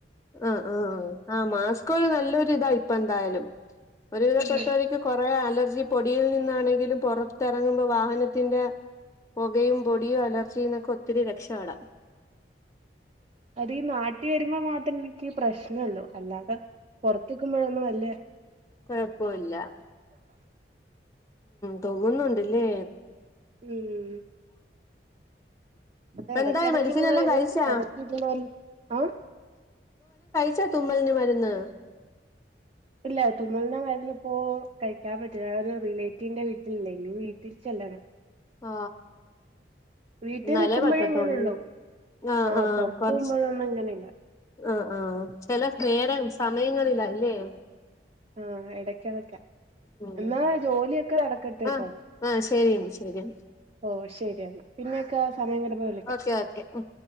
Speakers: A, on the left; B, on the right.
A: ആ ആ ആ മാസ്ക് ഒരു നല്ലൊരു ഇതായിട് ഇപ്പന്തായാലും ഒരുവിധപ്പെട്ടവർക്ക്
B: ഉം
A: കുറെ അലർ ഇ പൊടിയിൽ നിന്നാണെങ്കിലും പുറത്തിറങ്ങുമ്പോ വാഹനത്തിന്റെ പുകയും പൊടിയും അലർജി എന്നൊക്കെ ഒത്തിരി രക്ഷപ്പെടാം
B: അതീഈ നാട്ടി വരുമ്പോ മാത്രം എനിക്ക് പ്രശ്നയുള്ളൂ അല്ലാതെ പുറത്തക്കുമ്പോഴൊന്നും വല്യ
A: കൊഴപ്പില്ല തുമ്മുന്നുണ്ടലെ
B: ഉം അത
A: ഇപ്പ
B: എടക്കിടക്ക്
A: എന്തായി മെഡിസിൻ
B: ഇങ്ങനെ
A: എല്ലാം
B: വരും
A: കഴിച്ചാ
B: ഇടക്ക് ഇതിനെ ആ
A: ച്ചോ തുമ്മലന് മരുന്ന്
B: ഇല്ല തുമൽന് മരുന്നിപ്പോ കഴിക്കാൻ പറ്റില്ല ഒരു റിലേറ്റീവിന്റെ വീട്ടിലല്ലേ ഇനി വീട്ടിൽ ചെല്ലണം
A: ആ
B: വീട്ടിൽ
A: നല
B: നിക്കുമ്പോഴേ
A: പറ്റത്തോളല്ലേ
B: ഇങ്ങനെള്ളൂ
A: ആ
B: ആഹ്
A: ആ
B: പൊറത്ത്
A: കൊറച്ച്
B: പോകുമ്പോഴൊന്നും ഇങ്ങനെയില്ല
A: ആ ആ ചില നേര സമയങ്ങളിലാ അല്ലേ
B: ആ ഇടക്ക ഇടക്ക
A: ഉം
B: എന്നാ ജോലി കടക്കട്ടെ കേട്ടോ
A: ആഹ് ആഹ് ശരിയെങ്കി ശരിയെങ്കി
B: ഓ ശരിയെന്ന പിന്നെക്കെ സമയം കടുമ്പ വിളിക്കാം
A: ഓക്കെ ഓക്കെ ഉം